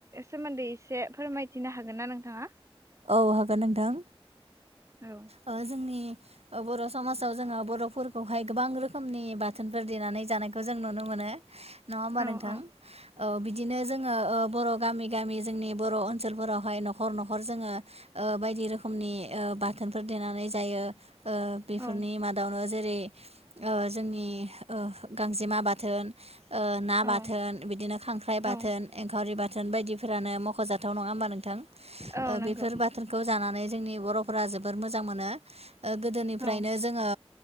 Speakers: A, on the right; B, on the right.
A: सोमोन्दै एसे फोरमायथिनो हागोन ना नोंथाङा
B: औ हागोन नोंथां
A: औ
B: ओ जोंनि बर समाजाव जोङो बरफोरखौहाय गोबां रोखोमनि बाथोनफोर देनानै जानायखौ जों नुनो मोनो नो नङा होमबा
A: औ
B: नोंथां
A: औ
B: औ बिदिनो जोङो बर गामि गामि जोंनि बर ओनसोलफोरावहाय नखर नखर जोङो ओ बायदि रोखोमनि बाथोनफोर देनानै जायो ओ बेफोरनि
A: औ
B: मादावनो जेरै ओ जोंनि ओ गांजेमा बाथोन ओ ना
A: औ
B: बाथोन बिदिनो खांख्राइ
A: औ
B: बाथोन एंखावरि बाथोन बायदिफोरानो मखजाथाव नङा होमबा नोंथां बेफोर
A: औ नंगौ
B: बाथोरखौ जानानै जोंनि बरफोरा जोबोर मोजां मोनो ओ गोदोनिफ्रायनो
A: औ
B: जोङो